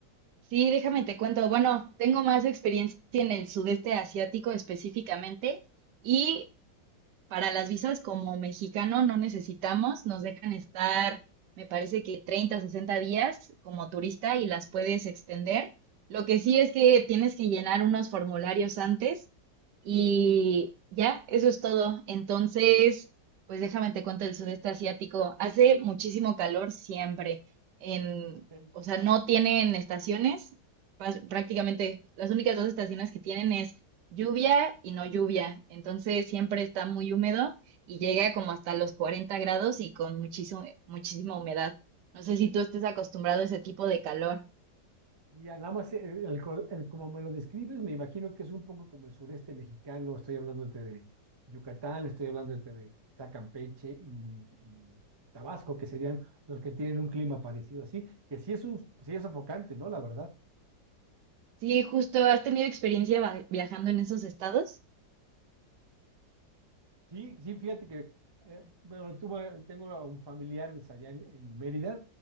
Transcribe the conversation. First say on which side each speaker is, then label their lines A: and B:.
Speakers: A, on the right; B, on the right.
A: Sí, déjame te cuento. Bueno, tengo más experiencia en el sudeste asiático específicamente y para las visas como mexicano no necesitamos, nos dejan estar, me parece que 30, 60 días como turista y las puedes extender. Lo que sí es que tienes que llenar unos formularios antes y ya, eso es todo. Entonces, pues déjame te cuento el sudeste asiático. Hace muchísimo calor siempre. En,
B: Ok.
A: o sea, no tienen estaciones. Pas- Prácticamente las únicas dos estaciones que tienen es lluvia y no lluvia, entonces siempre está muy húmedo y llega como hasta los 40 grados y con muchísimo, muchísima humedad. No sé si tú estés acostumbrado a ese tipo de calor.
B: Ya, nada más, eh, el, col- el- como me lo describes, me imagino que es un poco como el sureste mexicano. Estoy hablándote de Yucatán, estoy hablándote de quizá Campeche y, y Tabasco, que serían los que tienen un clima parecido así, que sí es un, sí es sofocante, ¿no? La verdad.
A: Sí, justo, ¿has tenido experiencia va- viajando en esos estados?
B: Sí, sí, fíjate que, eh, bueno, tuve- tengo a un familiar es allá en, en Mérida